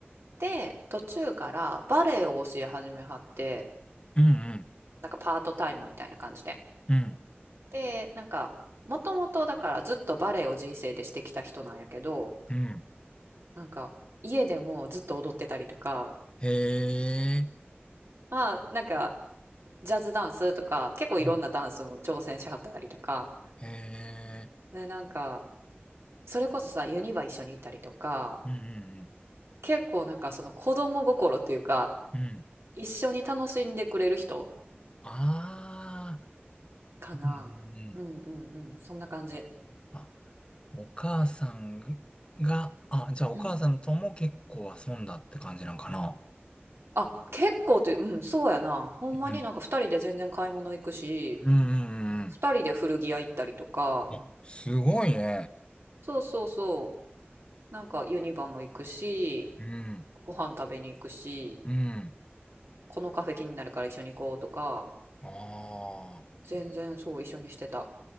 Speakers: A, on the right; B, on the left.
A: で、途中からバレエを教え始めはって、
B: うん、
A: なんかパートタイムみたいな感じで。
B: うん、
A: で、なんか、もともとだからずっとバレエを人生でしてきた人なんやけど、
B: うん。
A: なんか家でもずっと踊ってたりとか、
B: へえ、
A: まあなんかジャズダンスとか結構いろんなダンスも挑戦しはったりとか、
B: うん、へえ、
A: でなんかそれこそさユニバ一緒に行ったりとか、
B: うん、
A: 結構なんかその子供心っていうか
B: うん、うん。うん
A: 一緒に楽しんでくれる人
B: ああ、
A: かな。
B: うん、うん。うん
A: うんうんうん、そんな感じ。
B: あ、お母さんが、あ、じゃあお母さんとも結構遊んだって感じなんかな。
A: うん。あ、結構って、うん、そうやな。ほんまになんか二人で全然買い物行くし、
B: うん、うん、うん、うん。
A: 二人で古着屋行ったりとか、
B: うんすごいね。
A: そうそうそう、なんかユニバも行くし、
B: うん、
A: ご飯食べに行くし、
B: うん。
A: このカフェ気になるから一緒に行こうとか、
B: ああ。
A: 全然そう一緒にしてた。